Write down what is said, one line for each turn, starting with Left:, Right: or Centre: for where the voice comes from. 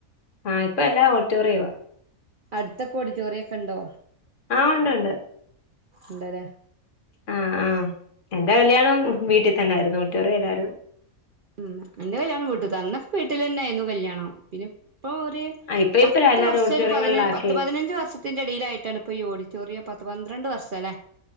Left: ആഹ് ഇപ്പ എല്ലാ ഓഡിറ്റോറിയോ.
Right: അടുത്തൊക്കെ ഓഡിറ്റോറിയൊക്കെ ഉണ്ടോ?
Left: ആഹ് ഉണ്ട് ഉണ്ട്
Right: ഉണ്ടല്ലേ?
Left: ആഹ് ആഹ് എന്റെ കല്ല്യാണം വീട്ടിൽ തന്നൊയിരുന്നു, ഓഡിറ്റോറിയല്ലായിരുന്നു.
Right: ഉം എന്റെ കല്യാണം വീട്ടത് അന്നൊക്കെ വീട്ടിലെന്നയ്ന്നു കല്യാണം പിന്നെ ഇപ്പൊ ഒരു
Left: ആഹ് ഇപ്പ
Right: പത്ത്
Left: ഇപ്പഴാ എല്ലാരും
Right: വർഷ
Left: ഓഡിറ്റോറിയങ്ങളിലാക്കി
Right: ഒരു പതിന പത്ത് പതിനഞ്ച് വർഷ ത്തിന്റെറെ ഇയിയിലായിട്ടാണ് ഇപ്പ ഈ ഓഡിറ്ററിയം പത്ത് പന്ത്രണ്ട് വർഷം അല്ലേ?